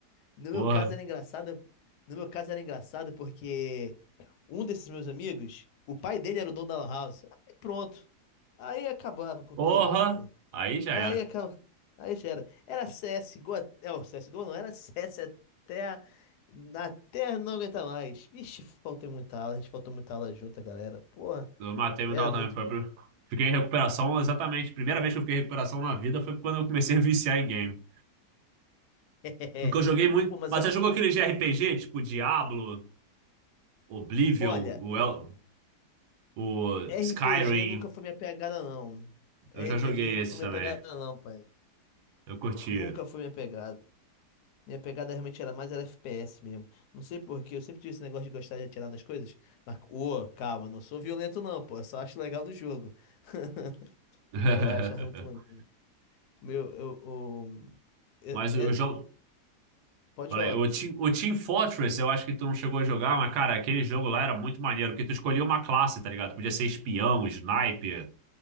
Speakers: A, on the left; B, on the right.
A: No
B: Porra.
A: meu caso era engraçado. No meu caso era engraçado porque um desses meus amigos, o pai dele era o dono da lan house. Aí pronto. Aí acabava com
B: Porra!
A: tudo.
B: Aí já
A: Aí
B: era.
A: acaba. Aí já era. Era CSGO. até- É, o CSGO não era CS até. a- Até não aguentar mais. Vixe, faltei muita aula. A gente faltou muita aula junto, galera. Porra,
B: Eu matei mental
A: era
B: também.
A: muito
B: Foi
A: bom.
B: pro... Fiquei em recuperação exatamente. Primeira vez que eu fiquei em recuperação na vida foi quando eu comecei a viciar em game.
A: <laughs>
B: Porque eu joguei muito.
A: Pô, mas
B: Mas
A: ó,
B: você jogou aquele de RPG, tipo Diablo, Oblivion,
A: olha,
B: o,
A: o
B: El- o
A: RPG
B: Skyrim?
A: nunca foi minha pegada, não. RPG
B: Eu já joguei
A: nunca
B: esses
A: foi minha
B: também.
A: pegada, não, pai.
B: Eu curtia.
A: Nunca foi minha pegada. Minha pegada realmente era mais era FPS mesmo. Não sei por quê, eu sempre tive esse negócio de gostar de atirar nas coisas. Mas, ô, calma, não sou violento, não, pô. Eu só acho legal no jogo. <laughs>
B: <laughs>
A: É, eu achava muito maneiro. Meu, eu, o- é-
B: Mas o
A: é-
B: jogo.
A: pode
B: Olha,
A: falar,
B: o
A: pessoal.
B: Team, o Team Fortress, eu acho que tu não chegou a jogar, mas, cara, aquele jogo lá era muito maneiro, porque tu escolhia uma classe, tá ligado? Podia ser espião, sniper.